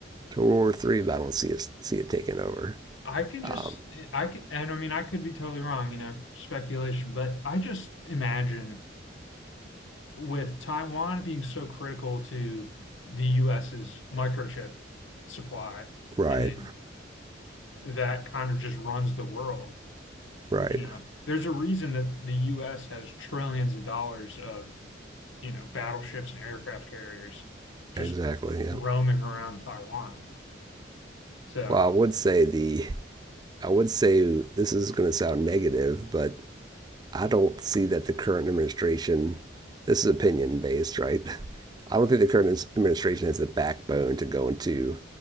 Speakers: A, on the right; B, on the left.
A: to World War III, but I don't see it see it taking over.
B: I can
A: Um,
B: just I can and I mean I could be totally wrong, you know, speculation, but I just imagine with Taiwan being so critical to the US's microchip supply
A: right,
B: and that kind of just runs the world,
A: right,
B: you know. There's a reason that the US has trillions of dollars of you know, battleships and aircraft carriers just
A: exactly. Yeah.
B: roaming around Taiwan. So
A: Well, I would say the I would say this is going to sound negative, but I don't see that the current administration. This is opinion based, right? <laughs> I don't think the current administration has the backbone to go into